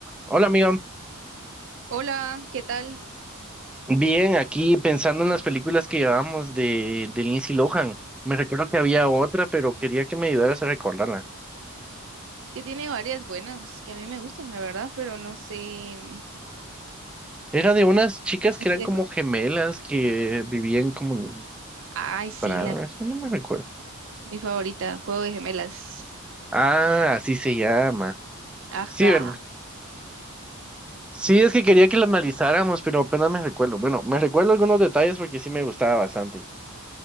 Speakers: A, in the centre; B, on the right.
A: Hola, amigo.
B: Hola, ¿qué tal?
A: Bien, aquí pensando en las películas que llevamos de, de Lindsay Lohan. Me recuerdo que había otra, pero quería que me ayudaras a recordarla.
B: Que tiene varias buenas que a mí me gustan, la verdad, pero no sé, mm,
A: Era de unas chicas
B: no
A: que
B: sé
A: eran
B: de
A: como
B: cuál.
A: gemelas que vivían como...
B: Ay, sí,
A: Para,
B: la
A: eso no me recuerdo.
B: mi favorita, Juego de Gemelas.
A: Ah, así se llama.
B: Ajá.
A: Sí, ¿verdad? Sí, es que quería que la analizáramos, pero apenas me recuerdo. Bueno, me recuerdo algunos detalles porque sí me gustaba bastante.